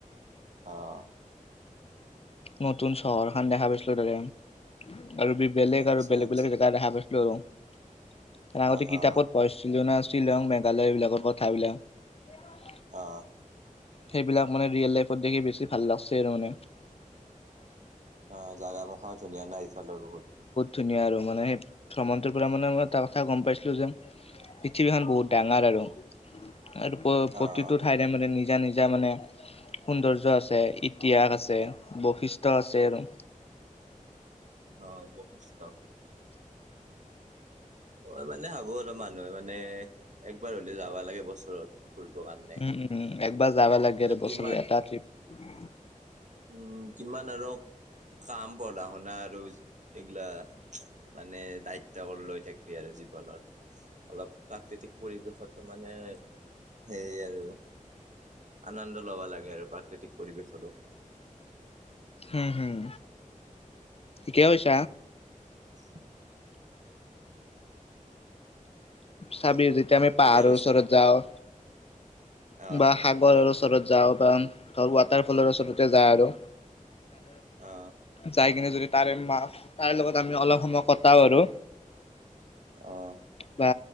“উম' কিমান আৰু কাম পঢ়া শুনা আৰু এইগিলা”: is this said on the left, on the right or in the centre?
Right